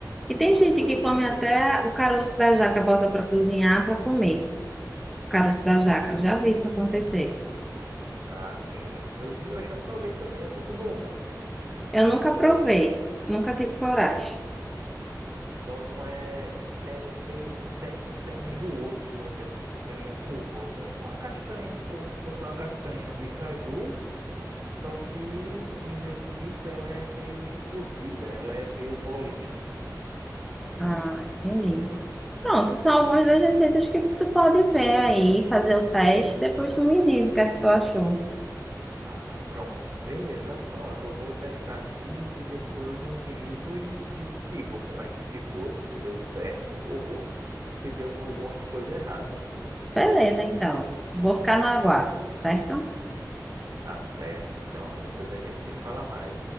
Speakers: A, in the centre; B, on the right.
A: E tem gente
B: eu
A: que
B: nunca
A: come até o caroço da jaca, bota para cozinhar para comer. O caroço da jaca, já vi isso acontecer.
B: Ah, sim. Eu, e eu já provei também, é muito bom, viu?
A: Eu nunca provei,
B: Só não,
A: nunca tive coragem.
B: só não é, é meio, termina sendo enjooso com o tempo, fica enjooso. É uma castanha, como se fosse uma castanha de caju, só que em vez disso ela é meio que cozida, ela é meio molinha.
A: Ah, entendi. Pronto, são algumas das receitas que tu pode ver aí, fazer o teste, depois tu me diz o que é que tu achou.
B: Ah, pronto, beleza, pronto. Eu vou testar aqui e depois eu te ligo e, e te digo como é que ficou, se deu certo ou se deu alguma coisa errada.
A: Beleza, então. Vou ficar no aguardo, certo?
B: Tá certo. Então, depois a gente se fala mais.